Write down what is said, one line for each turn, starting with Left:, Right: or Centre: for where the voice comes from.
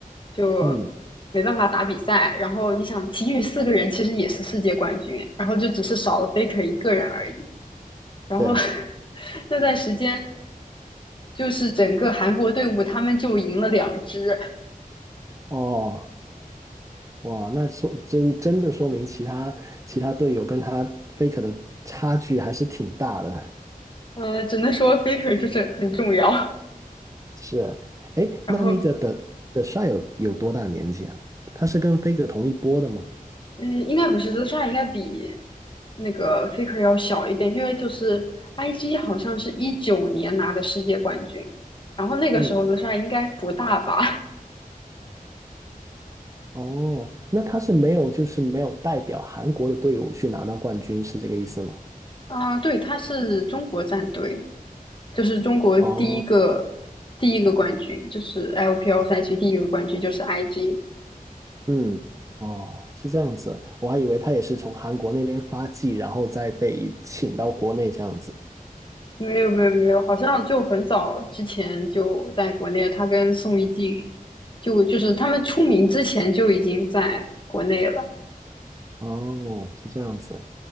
Left: 就没办法打比赛。
Right: 嗯，
Left: 然后你想，其余四个人其实也是世界冠军，然后就只是少了 Faker 一个人而已。然后
Right: 对，
Left: <laughs> 那段时间。就是整个韩国队伍，他们就赢了两支，
Right: 哦，哇，那说真真的说明其他其他队友跟他 Faker 的差距还是挺大的。
Left: 呃，只能说 faker 就是很重要。
Right: 是，哎，
Left: <laughs> 然后，
Right: 那那个的的帅有有多大年纪啊？他是跟 Faker 同一波的吗？
Left: 嗯，应该不是 shy 应该比那个 faker 要小一点，因为就是 IG 好像是一九年拿的世界冠军，然后那个时候
Right: 嗯，
Left: shy 应该不大吧？
Right: 哦，那他是没有就是没有代表韩国的队伍去拿到冠军，是这个意思吗？
Left: <laughs> 啊，对，他是中国战队，就是中国第一个第一个冠军，
Right: 哦，
Left: 就是 LPL 赛区第一个冠军就是 IG，
Right: 嗯，哦，是这样子，我还以为他也是从韩国那边发迹，然后再被请到国内这样子。
Left: 没有没有没有，好像就很早之前就在国内，他跟宋一静，就就是他们出名之前就已经在国内了。
Right: 哦，是这样子。